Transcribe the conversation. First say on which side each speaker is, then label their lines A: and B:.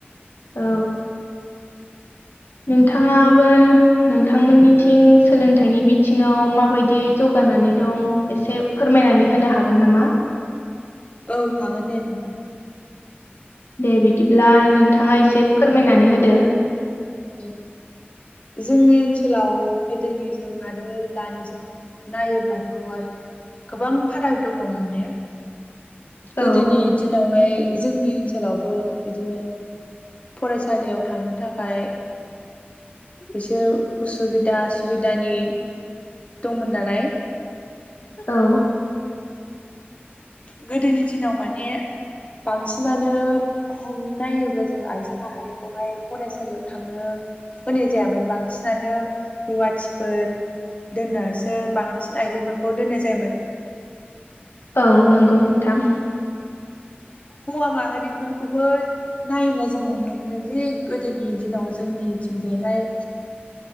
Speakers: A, on the left (about 75°); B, on the left (about 35°).
A: औ नोंथाङाबो नोंथांमोननिथिं सोलोंथाइनि बिथिङाव माबायदियै जौगानानै दं एसे फोरमायनानै होनो हागोन नामा?
B: औ हागोन दे नोंथां।
A: दे बिदिब्ला नोंथाङा एसे फोरमाय मायनानै होदो।
B: औ जोंनि ओनसोलाव गोदोनिजों आरो दानिजों नायोब्लाथ' गोबां फाराग दङ माने गोदोनि
A: औ
B: दिनावहाय जोंनि ओनसोलावबो बिदिनो फरायसालियाव थांनो थाखाय एसे उसुबिदा सुबिदानि दंमोन नालाय
A: औ
B: गोदोनि दिनाव माने बांसिनानो हमनायोब्ला जों आइजो माहारिखौहाय फरायसा याव थांनो होनाय जायामोन बांसिनानो रुवाथिफोर दोननो सो बांसिन आइजोफोरखौ दोननाय जायोमोन।
A: औ नंगौ नोंथां।
B: हौवा माहारिफोरखौबो नायोब्ला जों नुनो मोनो जि गोदोनि दिनाव जोंनिथिंजायहाय